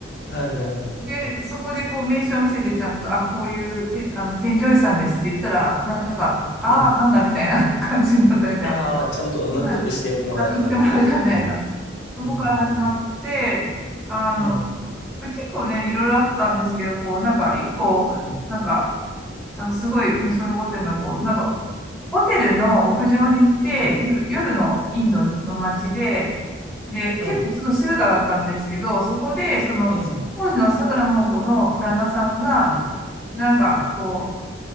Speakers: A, on the left (about 70°); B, in the centre.
A: はい。はい <laughs> はいはいはい
B: で、そこでこう名刺を見せてちゃんと、あ、こういうて、あの、添乗員さんですって言ったら、な、なんか、ああ、
A: はい。
B: なんだみたいな <laughs> 感じになったみたいな。
A: ああ、ちゃんと納得してもらえたみたいな。
B: はい。納得してもらえたみたいな。
A: はい。
B: そこから始まって、
A: うん。
B: あの、
A: うん。
B: 結構ね、いろいろあったんですけど、こう、なんか、一個、
A: はい。
B: なんか、なんかすごい印象に残ってるのは、こう、なんか、ホテルの屋上に行って、
A: はい。
B: 夜、夜のインドの街で、で、結構ちょっと静かだったんですけど、
A: はい。
B: そこで、その、
A: ええ。
B: 当時の桜桃子の旦那さんが、
A: うん。
B: なんか、
A: うん
B: こ